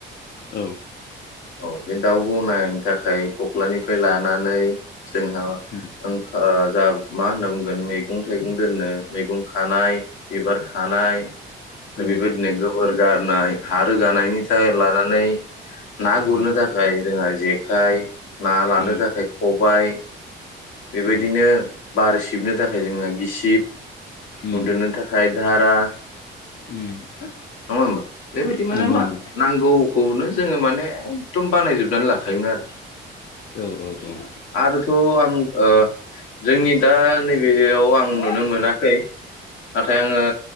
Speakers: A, on the left; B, on the left.
A: औ।
B: औ बे दाउ गनायनायनि थाखाय खख्लानिफ्राय लानानै। जोंहा
A: उम
B: ओंखा जा मा होन्ना बुंगोन मैगं थाइगं दोननो मैगं खानाय एबार खानाय
A: उम
B: बेबायदिनो गोबोर गारनाय हा रोगानायनि थायार लानानै। ना गुरनो
A: उम
B: थाखाय जोंहा जेखाइ ना लानो
A: उम
B: थाखाय ख बाय बेबायदिनो
A: औ
B: बार सिबनो थाखाय जोंहा गिसिब
A: उम
B: उन्दुनो थाखाय धारा
A: उम
B: नङा होमबा बेबायदि माने
A: नंगौ
B: मा
A: नंगौ
B: नांगौखौनो जोङो माने एखदम बानायजोबनानै लाखायोमोन आरोखि
A: औ औ औ उम
B: आरोथ आं ओ जोंनि दा नै बेयाव आं नुनो
A: औ
B: मोनाखै नाथाय आङो